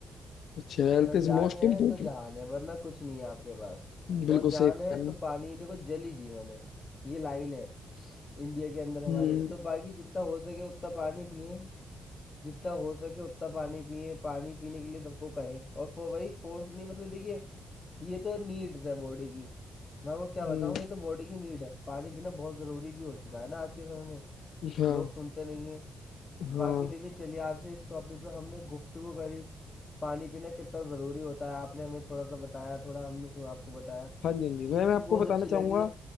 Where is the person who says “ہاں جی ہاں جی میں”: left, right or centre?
Left